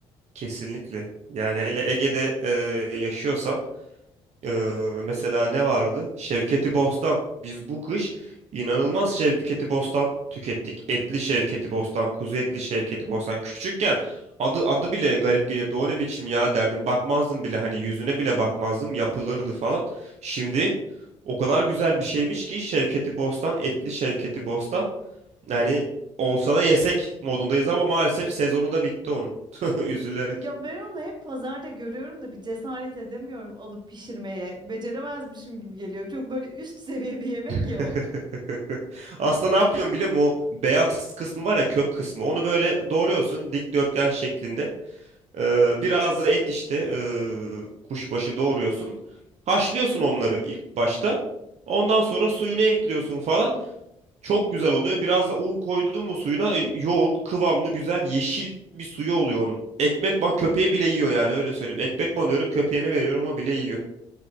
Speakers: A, on the right; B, on the right.
A: Kesinlikle. Yani hele Ege'de e, yaşıyorsan Ee, mesela ne vardı? Şevketi Bostan. Biz bu kış inanılmaz Şevketi Bostan tükettik. Etli Şevketi Bostan, kuzu etli Şevketi Bostan. Küçükken adı adı bile garip gelirdi. O ne biçim ya derdim. Bakmazdım bile hani yüzüne bile bakmazdım. Yapılırdı falan. Şimdi o kadar güzel bir şeymiş ki Şevketi Bostan, etli Şevketi Bostan. Yani olsa da yesek modundayız ama maalesef sezonu da bitti onun. <laughs> Üzülerek.
B: Ya ben onu hep pazarda görüyorum da bir cesaret edemiyorum alıp pişirmeye. Beceremezmişim gibi geliyor. Çok böyle üst seviye bir yemek
A: <laughs>
B: ya o.
A: Aslında ne yapıyorsun biliyor musun? O beyaz kısmı var ya kök kısmı. Onu böyle doğruyorsun dikdörtgen şeklinde. Ee, biraz da et işte ee, kuşbaşı doğruyorsun. Haşlıyorsun onları ilk başta. Ondan sonra suyunu ekliyorsun falan. Çok güzel oluyor. Biraz da un koydun mu suyuna e, yoğun, kıvamlı, güzel, yeşil bir suyu oluyor onun. Ekmek ban köpeğim bile yiyor yani öyle söyleyeyim. Ekmek banıyorum köpeğime veriyorum o bile yiyor.